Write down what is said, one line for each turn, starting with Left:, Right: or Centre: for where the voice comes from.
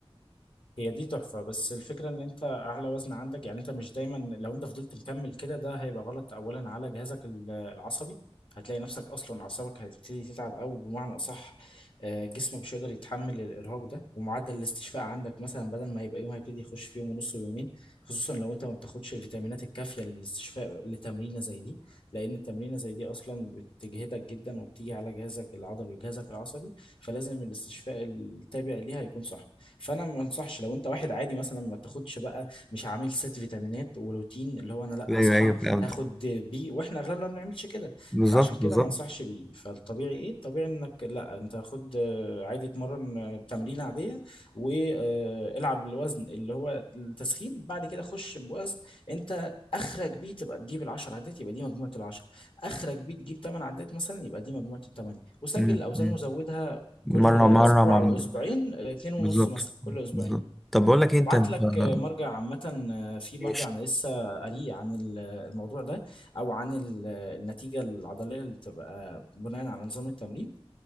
Left: هي دي تحفة بس الفكرة ان انت اعلى وزن عندك يعني انت مش دايما لو انت فضلت مكمل كده ده هيبقى غلط اولا على جهازك ال- العصبي هتلاقي نفسك اصلا اعصابك هتبتدي تتعب او بمعنى اصح آه، جسمك مش هيقدر يتحمل الارهاق ده ومعدل الاستشفاء عندك مثلا بدل ما يبقى يوم هيبتدي يخش في يوم ونص ويومين خصوصا لو انت ما بتاخدش الفيتامينات الكافية للاستشفاء لتمرينة زي دي لان التمرينة زي دي اصلا بتجهدك جدا وبتيجي على جهازك العضلي وجهازك العصبي فلازم الاستشفاء التابع ليها يكون صح فانا ما انصحش لو انت واحد عادي مثلا ما تاخدش بقى مش عامل ست فيتامينات وروتين اللي هو انا لا
Centre: ايوه
Left: هصحى
Centre: ايوه فهمت
Left: هاخد بي واحنا اغلبنا ما بنعملش كده
Centre: بالظبط
Left: فعشان كده
Centre: بالظبط
Left: ما انصحش بيه فالطبيعي ايه الطبيعي انك لا انت خد آه، عادي اتمرن آه، تمرينه عاديه والعب الوزن اللي هو التسخين بعد كده خش بوزن انت اخرج بيه تبقى تجيب العشر عدات يبقى دي مجموعه العشر اخرج بيه تجيب تمن عدات مثلا يبقى دي مجموعه التمانية وسجل
Centre: مم.
Left: الاوزان
Centre: مم.
Left: وزودها
Centre: مره
Left: كل اسبوع
Centre: مره مع
Left: او
Centre: مره
Left: اسبوعين آه، اتنين ونص
Centre: بالظبط
Left: مثلا كل اسبوعين
Centre: بالظبط طب بقول لك ايه انت
Left: ابعت
Centre: أنت-
Left: لك آه، مرجع عامة آه، في مرجع
Centre: ماشي
Left: انا لسه قاريه عن ال- الموضوع ده او عن ال- النتيجة العضلية اللي بتبقى بناء على نظام التمرين